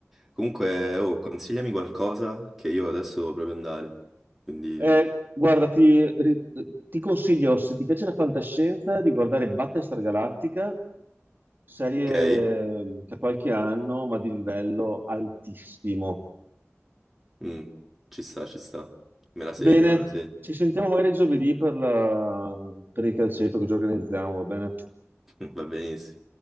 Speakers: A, in the centre; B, on the right.
A: Comunque, oh, consigliami qualcosa che io adesso devo proprio andare, quindi,
B: Eh, guarda, ti, ri- ti consiglio, se ti piace la fantascienza, di guardare Battlestar Galactica, serie
A: ok?
B: eh, che ha qualche anno, ma di livello altissimo.
A: Mm, ci sta, ci sta, me la segno,
B: Bene,
A: me la segno,
B: ci sentiamo magari giovedì per la- per il calcetto che ci organizziamo, va bene?
A: <laughs> va benissimo,